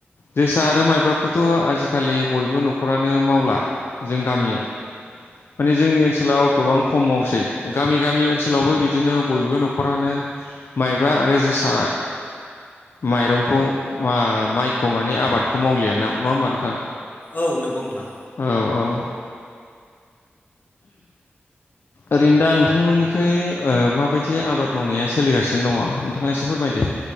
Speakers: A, on the left; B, on the left.
A: जोसा आरो माइब्राखौथ' आजिखालि बयबो न'खरानो मावला जों गामियाव माने जोंनि ओनसोलाव गोबां खम मावसै गामि गामि ओनसोलावबो बिदिनो बयबो न'खरानो माइब्रा आरो जोसा माइरंखौ मा-माइखौ मान माने आबादखौ मावलिया नङा होमबा नोंथां
B: औ नंगौ नोंथां
A: औ औ ओरैनो दा नोंथांमोननिखै ओ माबायदि आबाद मावनाया सोलिगासिनो दङ नोंथाङा एसे फोरमायदो